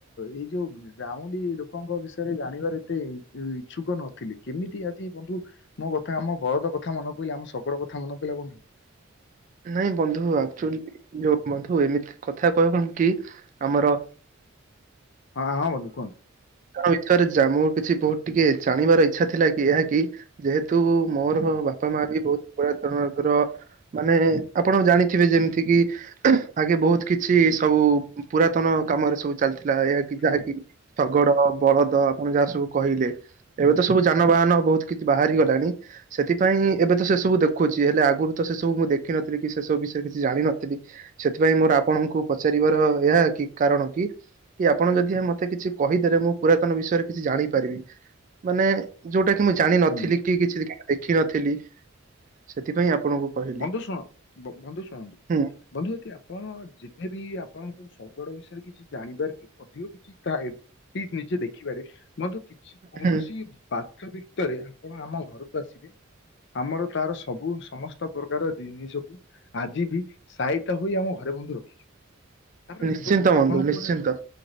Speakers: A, on the left; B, on the right.
A: ଏଇ ଯୋଉ ଗ୍ରା କ ଲୋକଙ୍କ ବିଷୟରେ ଜାଣିବାର ଏତେ ଉଚ୍ଚୁକ ନଥିଲେ କେମିତି ଆଜି ବନ୍ଧୁ ମୋ କଥା ଆମ ବଳଦ କଥା ମନେ ପଇିଲା ଆମ ଶଗଡ଼ କଥା ମନେ ପଇଲା ବନ୍ଧୁ।
B: ନାଇଁ ବନ୍ଧୁ ଆକ୍ଟୁଲି ବନ୍ଧୁ ଏମିତି କଥା କହ କଣ କି ଆମର
A: ହଁ ହଁ ବନ୍ଧୁ କୁହନ୍ତୁ।
B: ୟା ବିଷୟ ରେ ମୁଁ କିଛି ବହୁତ ଟିକେ ଜାଣିବାର ଇଚ୍ଛା ଥିଲା କି ଏହା କି ଯେହେତୁ ମୋର ବାପା ମା ବି ବହୁତ ପୁରାତନ ଧର ମାନେ ଆପଣ ଜାଣିଥିବେ ଯେମିତି କିି ଆଗେ ବହୁତ କିଛି ସବୁ ପୁରାତନ କାମରେ ସବୁ ଚାଲିଥିଲା ଏହା କି ଯାହାକି
A: ଆଜ୍ଞା।
B: ଶଗଡ ବଳଦ ଆପଣ ଯାହା ସବୁ କହିଲେ। ଏବେ ତ ସବୁ
A: ଆଜ୍ଞା
B: ଯାନବାହାନ ବହୁତ କିଛି ବାହାରି ଗଲାଣି। ସେଥିପାଇଁ ଏବେ ତ ସେ ସବୁ ଦେଖୁଛି ହେଲେ ଆଗରୁ ତ ସେ ସବୁ ମୁଁ ଦେଖିନଥିଲି କି ସେ ସବୁ ବିଷୟରେ କିଛି ଜାଣିନଥିଲି। ସେଥିପାଇଁ
A: ଆଜ୍ଞା।
B: ମୋର ଆ ଆପଣଙ୍କୁ ପଚାରିବାର ଏହା କି କାରଣ କି କି ଆପଣ ଯଦି ମତେ କିଛି କହିଦେଲେ ମୁଁ ପୁରାତନ ବିଷୟରେ କିଛି ଜାଣିପାରିବି ମାନେ ଯୋଉଟା କି ମୁଁ ଜାଣିନଥିଲି
A: ହୁଁ
B: କି କି କିଛି ଦେଖିନଥିଲି ସେଥିପାଇଁ ଆପଣଙ୍କୁ
A: ଆଜ୍ଞା
B: କହିଲି।
A: ବନ୍ଧୁ ଶୁଣ ବନ୍ଧୁ ଶୁଣନ୍ତୁ।
B: ହୁଁ
A: ବନ୍ଧୁଦି ଆପଣ ଯେବେ ବିି ଆପଣଙ୍କୁ ଶଗଡ଼ ବିଷୟରେ କିଛି ଜାଣିପାରିବେ ଅଧିକ କିଛି ଥାଏ କି ନିଜେ ଦେଖିପାରେ ବଧୁ କିଛି କୌଣସି
B: ହୁଁ
A: ବାଥ ଭିତରେ ଆପଣ ଆମ ଘରକୁ ଆସିବେ ଆମର ତାର ସବୁ ସମସ୍ତ ପ୍ରକାର ଜିନିଷକୁ ଆଜି ବି ସାଇତା ହୋଇ ଆମ ଘରେ ବନ୍ଧୁ ରଖିବ। ତାପରେ
B: ନିଶ୍ଚିନ୍ତ
A: ବନ୍ଧୁ ଆପଣଙ୍କୁ
B: ନିଶ୍ଚିନ୍ତ
A: ଗୋଟେ